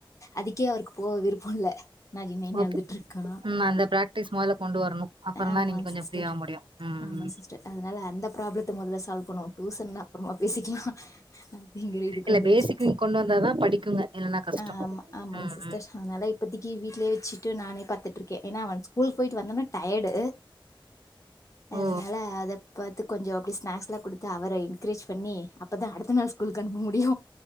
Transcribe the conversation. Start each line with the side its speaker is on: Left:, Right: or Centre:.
Left: அதுக்கே அவருக்கு போக விருப்போல்ல நயி நயினு
Right: ஓகே
Left: அழுதுட்டு இருக்கா
Right: ம் அந்த பிராக்டிஸ் முதல கொண்டு வரணு அப்புற
Left: ஆமாங்
Right: தா நீங்க கொஞ்ச
Left: சிஸ்டர்
Right: ஃப்ரீ ஆக முடியு ம்
Left: ஆமாங்
Right: ம்
Left: அதனால அந்த ப்ராப்ளத்த மொதல்ல சால்வ் பண்ணுவோ டுசன்லா அப்புறமா பேசிக்லா அப்டிங்கற இதுக்கு
Right: இல்ல
Left: வந்தாச்சு
Right: பேசிக் நீங்க கொண்டு வந்தாதா படிக்குங்க இல்லன்னா கஷ்டோ
Left: ஆமா ஆமாங்
Right: ம்
Left: சிஸ்டர்
Right: ம்
Left: அதனால இப்பத்திக்கு வீட்லயே வெச்சுட்டு நானே பாத்துட்டு இருக்கே ஏனா அவன் ஸ்கூலுக்கு போயிட்டு வந் டயடு
Right: ஓ
Left: அதனால அத பாத்து கொஞ்சோ அப்டி ஸ்னாக்ஸ்லா குடுத்து அவர என்கரேஜ் பண்ணி அப்பதா அடுத்த நாள் ஸ்கூலுக்கு அனுப்ப முடியு